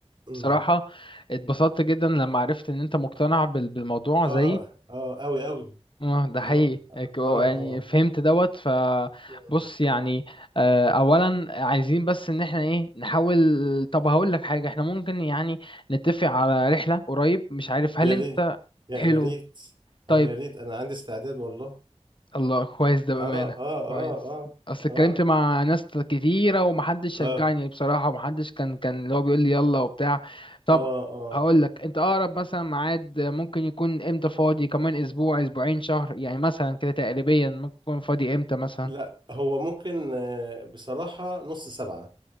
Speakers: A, on the right; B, on the left.
A: أمم.
B: بصراحه اتبسطت جدا لما عرفت ان انت مقتنع بال- بالموضوع
A: اه
B: زيي
A: اه اوي اوي
B: اه ده حقيقي
A: اه
B: ك-
A: اه
B: يعني
A: اه
B: فهمت دوت فبص
A: آه،
B: يعني آه، اولا عايزين بس ان احنا ايه نحاول طب هقول لك حاجه احنا ممكن يعني نتفق على رحله قريب مش عارف هل
A: يا
B: انت
A: ريت يا
B: حلو
A: يا ريت
B: طيب
A: اه يا ريت انا عندي استعداد والله
B: الله كويس ده بأمانة
A: اه اه
B: كويس
A: اه اه
B: اصل
A: اه
B: اتكلمت مع ناس كتيرة ومحدش شجعني
A: اه
B: بصراحة ومحدش كان كان اللي هو بيقول لي يلا وبتاع طب
A: اه اه
B: هقول لك انت اقرب مثلا ميعاد ممكن يكون امتى فاضي كمان اسبوع اسبوعين شهر يعني مثلا كده تقريبا ممكن يكون فاضي امتى مثلا
A: لا هو ممكن آه، بصراحة نص سبعة